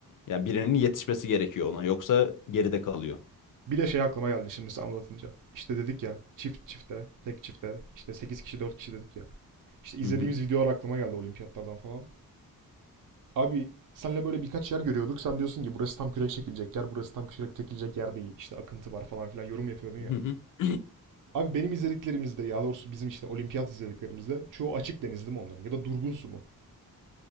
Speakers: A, on the left (about 60°); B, on the right (about 60°).
A: Yani birinin yetişmesi gerekiyor ona. Yoksa geride kalıyor.
B: Bir de şey aklıma geldi şimdi size anlatınca. İşte dedik ya çift çifte, tek çifte, işte 8 kişi 4 kişi dedik ya. İşte izlediğimiz
A: Hı
B: videolar aklıma geldi olimpiyatlardan falan. Abi senle böyle birkaç yer görüyorduk. Sen diyorsun ki burası tam kürek çekilecek yer, burası tam kürek çekilecek yer değil. İşte akıntı var falan filan yorum yapıyordun ya.
A: hı. <laughs>
B: Abi benim izlediklerimizde ya doğrusu bizim işte olimpiyat izlediklerimizde çoğu açık deniz mi onların ya da durgun su mu?